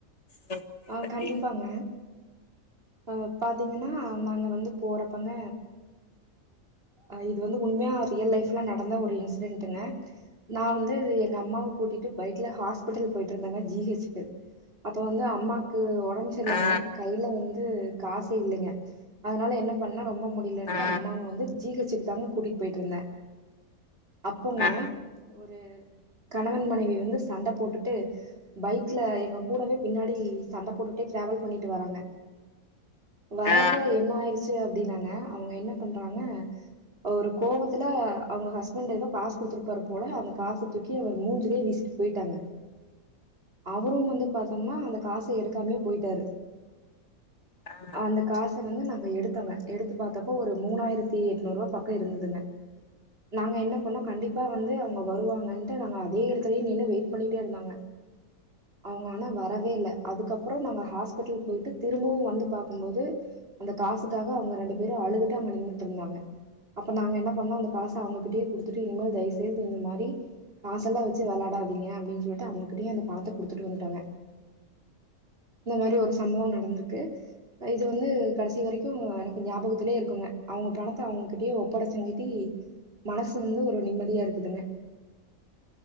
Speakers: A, on the left; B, on the right.
A: நேர்மைய
B: ஆ
A: பத்தி
B: கண்டிப்பாங்க ஆ பாத்தீங்கன்னா நாங்க வந்து போறப்பங்க ஆ இது வந்து உண்மையா ரியல் லைஃப்ல நடந்த ஒரு இன்சிடென்ட்டுங்க நா வந்து எங்க அம்மாவ கூட்டிட்டு பைக்ல ஹாஸ்பிட்டல் போயிட்டு இருந்தங்க ஜிஹெச்கு அப்ப வந்து அம்மா க்கு ஒடம் சர்ல்லங்க
A: ஆ
B: கைய்ல வந்து காசே இல்லங்க அதனால என்ன பண்ண ரொம்ப மு டில்லன்ட்டு
A: ஆ
B: அம்மாவ வந்து ஜீகச்சிக்கு தாங்க கூட்டிட்டு போயிட்டு இருந்தன் அப்போங்க
A: ஆ
B: ஒரு கணவன் மனைவி வந்து சண்ட போட்டுட்டு பைக்ல எங்க கூடவே பின்னாடி சண்ட போட்டுட்டே டிராவல் பண்ணிட்டு வராங்க வறப்ப
A: ஆ
B: என்ன ஆயிருச்சி அப்டின்னாங்க அவங்க என்ன பண்றாங்க ஒரு கோவத்துல அவங்க ஹஸ்பண்டு எதோ காசு குடுத்துருப்பாரு போல அந்த காச தூக் கி அவரு மூஞ்சிலே வீசிட்டு போயிட்டாங்க அவரும் வந்து பாத்தோம்னா அந்த காச எடுக்காமே போயிட்டாரு
A: ஆ
B: அந்த காச வந்து நாங்க எடுத்தோங்க எடுத்து பாத்தப்போ ஒரு மூணாயிரத்தி எட்நூறு ரூபா பக்க இருந்ததுங்க நாங்க என்ன பண்ணோ கண்டிப்பா வந்து அவுங்க வருவாங்கன்ட்டு நாங்க அதே எடத்துலே நின்னு வெயிட் பண்ணிட்டே இருந்தோங்க அவங்க ஆனா வரவே இல்ல அதுக்கப்றோ நாங்க ஹாஸ்பிட்டல் போயிட்டு திரும்பவு வந்து பாக்கும்போது அந்த காசுக்காக அவுங்க ரெண்டு பேரும் அழுதுட்டே அங்க நின்னுட்டுருந்தாங்க அப்ப நாங்க என்ன பண்ணோ அந்த காசு அவங்ககிட்டயே குடுத்துட்டு இனிமேல் தயவு செய்து இந்த மாரி காசெல்லா வச்சி வெளாடாதீங்க அப்டின் சொல்ட்டு அவங்ககிட்டயே அந்த பணத்த குடுத்துட்டு வந்துட்டங்க இந்த மாரி ஒரு சம்பவ நடந்திருக்கு இது வந்து கடைசி வரைக்கு எனக்கு ஞாபகத்திலே இருக்குங்க அவங்க பணத்த அவங்கிட்டயே ஒப்படைச்சங்கிட்டி மனசு வந்து ஒரு நிம்மதியா இருக்குதுங்க